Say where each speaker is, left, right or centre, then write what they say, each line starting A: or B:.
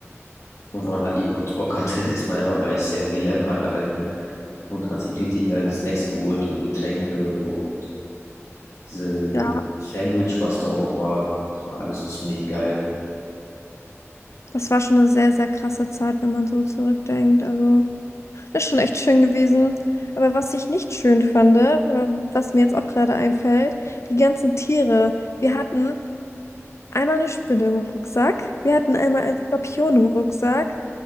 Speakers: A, on the left; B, on the left.
A: Und wenn man halt eben kurz Bock hatte, <laughs> ist man einfach bei Seven eleven angehalten und hat sich richtig geile Snacks geholt und Getränke und diese
B: Ja.
A: Sandwich, was da auch war. Das war alles ziemlich geil.
B: Das war schon eine sehr, sehr krasse Zeit, wenn man so zurückdenkt. Also, ist schon echt schön gewesen. Aber was ich nicht schön fand, was mir jetzt auch gerade einfällt, die ganzen Tiere. Wir hatten einmal eine Spinne im Rucksack, wir hatten einmal einen Skorpion im Rucksack.